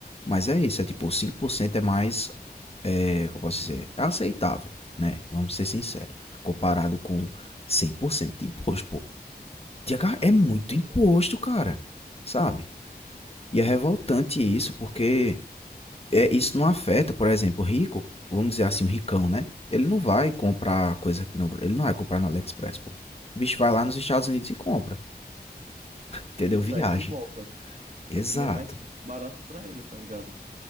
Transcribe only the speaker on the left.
Mas é isso, é tipo, 5% é mais, é, como eu posso dizer, é aceitável, né? Vamos ser sinceros, comparado com 100% de imposto, pô de agar- é
muito
imposto, cara. Sabe? E é revoltante isso, porque é, isso não afeta, por exemplo, o rico, vamos dizer assim, o ricão, né? Ele não vai comprar coisa aqui no, ele não vai comprar no AliExpress, pô. O bicho vai lá nos Estados Unidos e compra, entendeu?
Viaja.
Exato.